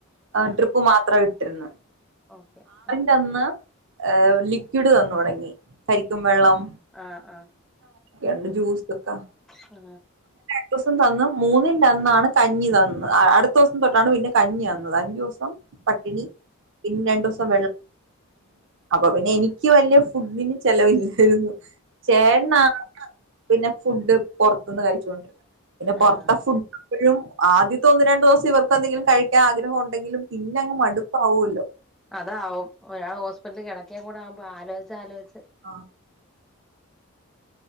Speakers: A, in the centre; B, on the right.
A: ആ
B: ട്രിപ്പ് മാത്രം ഇട് തിരുന്നു.
A: ഓക്കെ അ ആ
B: ചെന്ന് അ് ലിക്വിഡ് തന്ന് തുടങ്ങി. കരിക്കും വെള്ളം
A: ആഹ് അ
B: യണ്ട് ജൂസ്ത് ത
A: <inaudible> ഹഹാ
B: ദിവുസം തന്ന് മൂന്നിന്റെ അന്നാണ് കഞ്ഞിതന്ന്. അടുത്തവുസം തൊട്ടാണ് പിന്നെ കഞ്ഞിന്നത് അഞ്ചുവുസം പട്ടിണി പിന്നെ രണ്ടുവുസം വെള്ള അപ്പൊ പിന്നെ എനിക്ക് വല്യ ഫുഡിന് ചെലവില്ലായിരുന്നു. ചേട്ൺണാണ് പിന്നെ ഫുഡ് പൊർത്ത്ന്ന് കഴിച്ചോണ്ടിരുന്ന് പിന്നെ
A: ആ
B: പൊറത്ത ഫുഡ് ഴും ആദ്യത്തെ ഒന്നു രണ്ടുവുസം ഇവർക്ക് എന്തെങ്കിലും കഴിക്കാൻ ആഗ്രഹം ഉണ്ടെങ്കിലും പിന്നെ അങ്ങ് മടുപ്പാവുല്ലോ
A: അതാവും ഒരാൾ ഹോസ്പിറ്റല് ക്കിട ക്കിൻ കൂടെ ആവുമ്പോ ആലോച്ച് ആലോയിച്ച്
B: ആ